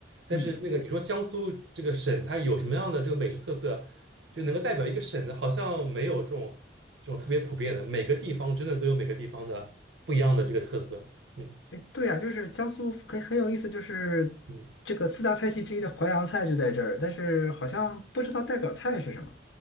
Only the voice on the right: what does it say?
但是那个你说江苏这个省，
它有什么样的这个美食特色，就能够代表一个省的，好像没有这种这种特别普遍的，每个地方真的都有每个地方的不一样的这个特色。嗯
嗯。